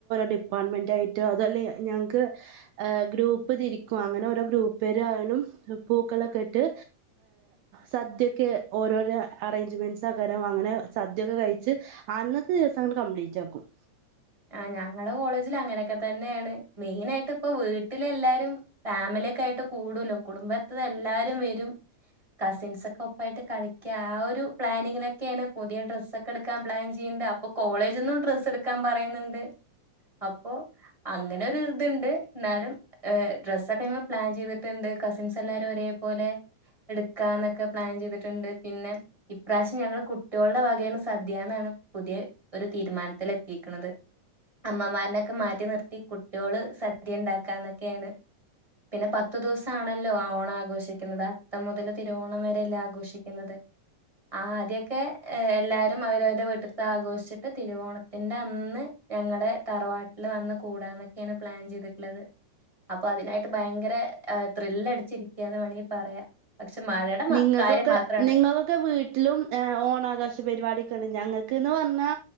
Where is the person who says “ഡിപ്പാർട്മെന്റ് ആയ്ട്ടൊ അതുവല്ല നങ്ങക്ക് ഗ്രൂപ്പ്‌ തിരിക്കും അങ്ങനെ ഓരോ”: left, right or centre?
Right